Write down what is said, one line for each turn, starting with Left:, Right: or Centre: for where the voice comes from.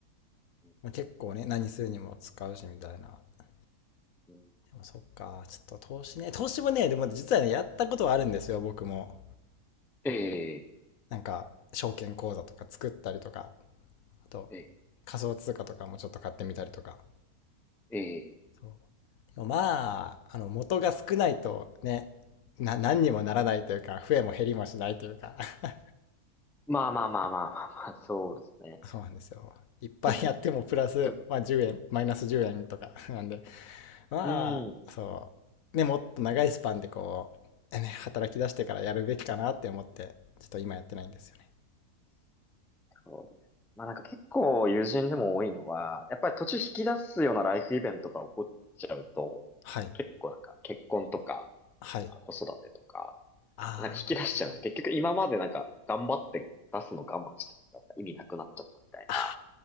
Centre: うん
Left: まあ、結構ね、何するにも使うしみたいな。で
Centre: うんうん
Left: もそっか、ちょっと投資ね、投資もね、でもね実はね、やったことはあるんですよ、僕も。
Centre: ええ、
Left: なんか、証券口座とか作ったりとか、あと、
Centre: ええ、
Left: 仮想通貨とかもちょっと買ってみたりとか。
Centre: ええ。
Left: そうでもまあ、あの、元が少ないとね、な、何にもならないというか、増えも減りもしないというか、<laughs>
Centre: まあまあまあまあまあまあ、そうですね。
Left: そうなんですよ。いっぱいやってもプラス、
Centre: 結局、
Left: まあ、10円、マイナス10円とか <laughs> なんで、まあ、
Centre: うん。
Left: そう。ね、もっと長いスパンでこう、ね、働き出してからやるべきかなって思って、ちょっと今やってないんですよね。
Centre: そうです。まあなんか結構友人でも多いのは、やっぱり途中引き出すようなライフイベントが起こっちゃうと、
Left: はい。
Centre: 結構なんか結婚とか
Left: はい。
Centre: 子育てとか、
Left: ああ、
Centre: なんか引き出しちゃうと結局今までなんか頑張って出すの我慢してたのが意味なくなっちゃったみたいな。
Left: あ